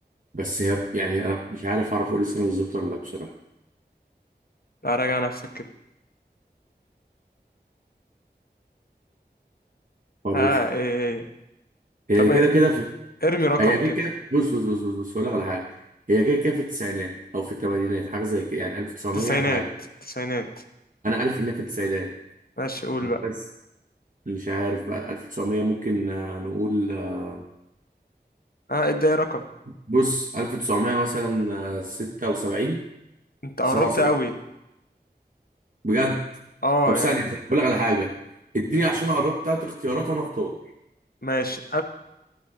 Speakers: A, on the right; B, on the left.
A: بس هي يعني أنا مش عارف أعرف أقول السنة بالظبط ولا لأ بصراحة
B: لا راجع نفسك كده
A: فرخي
B: ها ايه هي
A: هي
B: طب
A: كده
B: إيه؟
A: كده في
B: ارمي رقم
A: هي كده
B: كده
A: كده بص بص بص بص بص هقول لك على حاجه هي كده كده في التسعينات او في الثمانينات حاجه زي كده يعني 1900
B: تسعينات
A: حاجه
B: تسعينات
A: انا عارف ان هي في التسعينات
B: ماشي قول بقى
A: بس مش عارف بقى 1900 ممكن آه، نقول آه،
B: ها ادي اي رقم
A: بص 1900 مثلا آه، 76
B: انت قربت
A: 77
B: قوي
A: بجد
B: اه
A: طب ثانيه
B: يعني
A: بقول لك على حاجه اديني عشان قربت تلات اختيارات وانا اختار
B: ماشي